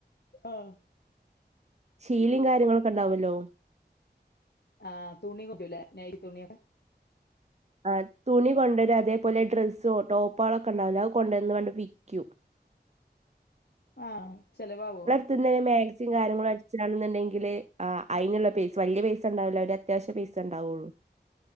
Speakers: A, on the left (about 70°); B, on the right (about 40°).
A: ആഹ്-
B: ശീലും കാര്യങ്ങളൊക്കെ ഉണ്ടാവുല്ലോ-
A: ആ തുണി കുട്ടൂലേ നൈറ്റി തുണിയൊക്കെ
B: ആഹ് തുണി കൊണ്ടരും അതേപോലെ ഡ്രസ്സോ ടോപ്പോളൊക്കെ ഉണ്ടാവല്ലോ അത് കൊണ്ടുവന്നണ്ട് വിക്കും.
A: ആഹ് ചെലവാവോ?
B: അതങ്ങനെ മാക്സിം കാര്യങ്ങളും അടിച്ചാണെന്നുണ്ടെങ്കില് ആഹ് അയിന്ള്ള പൈസ വല്യ പൈസണ്ടാവൂല ഒര അത്യാവശ്യ പൈസ ണ്ടാവുള്ളൂ.